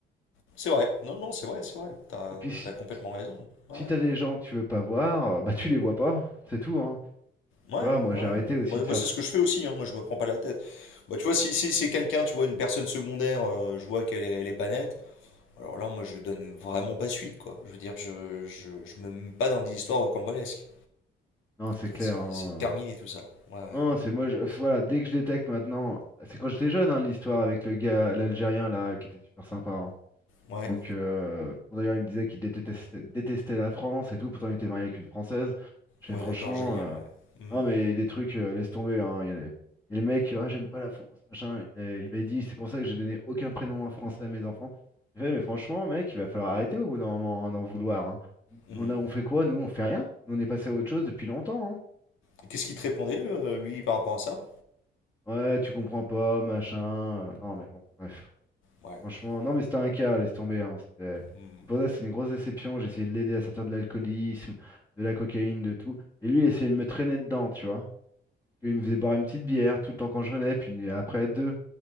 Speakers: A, on the left; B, on the left.
A: C'est vrai. Non, non, c'est vrai, c'est vrai. T'as,
B: Et puis, si,
A: t'as complètement raison. Ouais.
B: si
A: ouais.
B: t'as des gens que tu veux pas voir, euh, bah tu les vois pas, c'est tout, hein.
A: Ouais,
B: Voilà, moi
A: ouais.
B: j'ai arrêté aussi
A: Moi,
B: de
A: moi,
B: faire
A: c'est
B: trop.
A: ce que je fais aussi, hein. Moi, je me prends pas la tête. Bah, tu vois, si, si c'est quelqu'un, tu vois, une personne secondaire, euh, je vois qu'elle est, elle est pas nette, alors là, moi, je donne vraiment pas suite, quoi. Je veux dire, je, je, je me mets pas dans des histoires rocambolesques.
B: Non, c'est
A: Enfin,
B: clair,
A: c'est,
B: hein.
A: c'est terminé
B: euh,
A: tout ça. Ouais, ouais.
B: Non, c'est moi, je- voilà, dès que je détecte maintenant, c'est quand j'étais jeune, hein, l'histoire avec le gars, l'Algérien là, qui était super sympa, hein.
A: Ouais,
B: Donc, euh, bon, d'ailleurs, il me disait qu'il détestait, détestait la France et tout, pourtant il était marié avec une Française. Je fais
A: ouais,
B: franchement,
A: d'accord, génial,
B: euh,
A: ouais. Hmm,
B: non, mais des trucs, euh, laisse tomber. Hein. Il y en a- Et le mec, ah, j'aime pas la France, machin. Il, est- il m'a dit, c'est pour ça que j'ai donné aucun prénom en français à mes enfants. J'ai fait, mais franchement, mec, il va falloir arrêter au bout d'un moment hein, d'en vouloir. hein.
A: hmm.
B: On a, on fait quoi, nous? On fait rien. Nous, on est passé à autre chose depuis longtemps. hein.
A: Et Qu'est-ce qu'il te répondait, euh, lui, par rapport à ça?
B: Ouais, tu comprends pas, machin. euh, Non, mais bon, bref.
A: Ouais,
B: Franchement,
A: bon.
B: non, mais c'était un cas, laisse tomber. hein. C'était-
A: Hmm,
B: C'est pour ça, c'est une grosse déception. J'ai essayé de l'aider à sortir de l'alcoolisme, de la cocaïne, de tout. Et lui, il essayait de me traîner dedans, tu vois. Il me faisait boire une petite bière tout le temps quand je venais, puis après deux.